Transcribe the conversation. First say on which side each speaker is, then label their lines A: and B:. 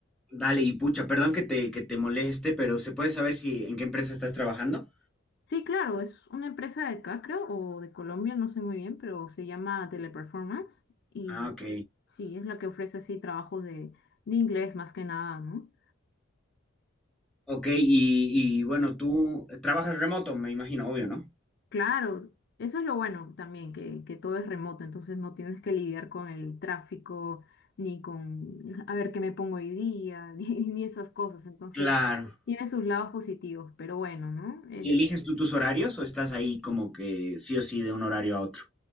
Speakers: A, in the centre; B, on the left (about 55°).
A: Dale, y pucha, perdón que te, que te moleste, pero ¿se puede saber si en qué empresa estás trabajando?
B: Sí, claro, es una empresa de acá, creo, o de Colombia, no sé muy bien, pero se llama Teleperformance y
A: Ah, ok.
B: sí, es la que ofrece así trabajos de, de inglés más que nada, ¿no?
A: Ok, y, y bueno, tú trabajas remoto, me imagino, obvio, ¿no?
B: Claro, eso es lo bueno también, que, que todo es remoto, entonces no tienes que lidiar con el tráfico, ni con a ver qué me pongo hoy día, <laughs> ni, ni esas cosas, entonces
A: Claro.
B: tiene sus lados positivos, pero bueno, ¿no? Es
A: ¿Y eliges tú tus horarios o estás ahí como que sí o sí de un horario a otro?